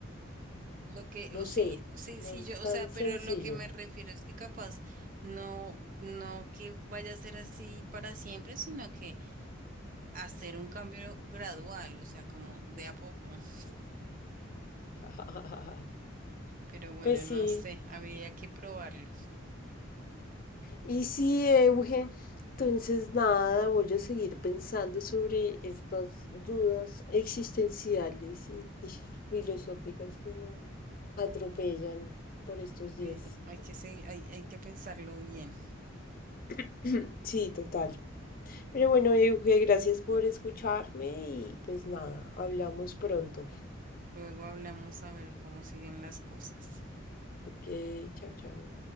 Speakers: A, on the right; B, on the left.
A: Lo que,
B: no
A: o sí,
B: sé,
A: sí,
B: no
A: sí,
B: es
A: yo,
B: tan
A: o sea, pero
B: sencillo.
A: lo que me refiero es que capaz no, no que vaya a ser así para siempre, sino que hacer un cambio gradual, o sea, como de a poco. <laughs>
B: <laughs>
A: Pero bueno,
B: Pues
A: no
B: sí.
A: sé, habría que probarlo.
B: Y sí, Euge, entonces nada, voy a seguir pensando sobre estas dudas existenciales y, y filosóficas que me atropellan por estos días.
A: Sí, hay que, se- hay, hay que pensarlo bien.
B: <clears throat> Sí, total. Pero bueno, Euge, gracias por escucharme y pues nada, hablamos pronto.
A: Luego hablamos a ver cómo siguen las cosas.
B: Ok, chao, chao.